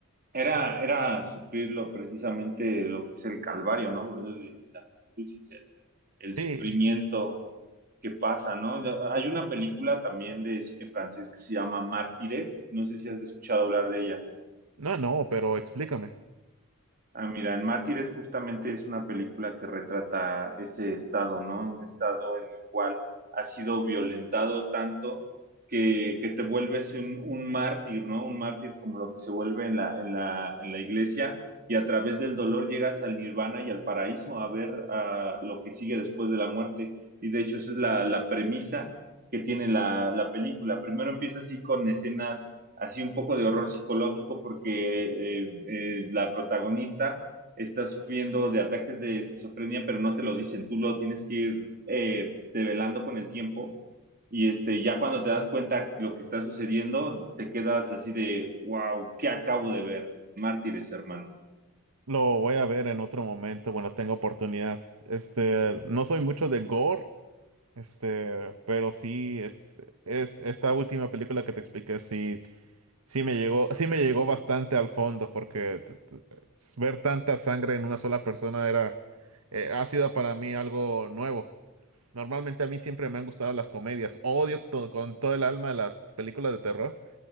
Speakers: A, on the right (about 45°); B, on the right (about 80°).
A: Era, era sufrirlo precisamente lo que es el calvario, ¿no? Por eso le dicen la cruz, es el, el
B: Sí,
A: sufrimiento que pasa, ¿no? Ya- Hay una película también de cine francés que se llama Mártires, no sé si has escuchado hablar de ella.
B: no, no, pero explícame.
A: Ah, mira, en Mártires justamente es una película que retrata ese estado, ¿no? Un estado en el cual has sido violentado tanto que, que te vuelves un, un mártir, ¿no? Un mártir como lo que se vuelve en la, en la, en la iglesia y a través del dolor llegas al nirvana y al paraíso a ver ah, lo que sigue después de la muerte. Y de hecho esa es la, la premisa que tiene la, la película. Primero empieza así con escenas así un poco de horror psicológico porque eh, eh, la protagonista está sufriendo de ataques de esquizofrenia, pero no te lo dicen, tú lo tienes que ir eh, develando con el tiempo y este, ya cuando te das cuenta lo que está sucediendo, te quedas así de, wow, ¿qué acabo de ver? Mártires, hermano.
B: Lo voy a ver en otro momento Bueno, tengo oportunidad. Este, no soy mucho de gore, este, pero sí, este, es esta última película que te expliqué, sí. Sí me llegó, sí me llegó bastante al fondo porque t- t- ver tanta sangre en una sola persona era, eh, ha sido para mí algo nuevo. Normalmente a mí siempre me han gustado las comedias. Odio to- con todo el alma las películas de terror,